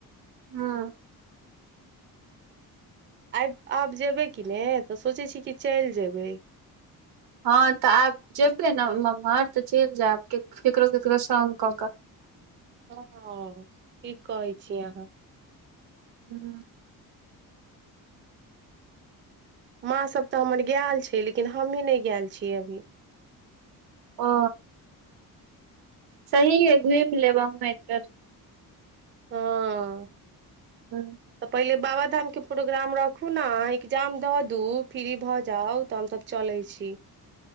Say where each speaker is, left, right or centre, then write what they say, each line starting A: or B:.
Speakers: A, on the right; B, on the right.
A: हँ
B: आइ आब जेयबै कि ने तऽ सोचै छियै की चलि जेयबै
A: हँ तऽ आब जेबै ने मम्हर तऽ चलि जायब ककरो ककरो सङ्ग कऽ कऽ
B: हँ-अ ठीक कहै छी अहाँ
A: हूँ
B: माँ सभ तऽ हमर गैल छै लेकिन हमहीँ नहि गैल छियै अभी
A: ओ सही हइ घूमि लेब अहाँ एक बेर
B: हँ
A: हूँ
B: तऽ पहिले बाबा धाम के प्रोग्राम राखु ने एग्जाम द दू फ्री भऽ जाउ तऽ हम तऽ चलै छी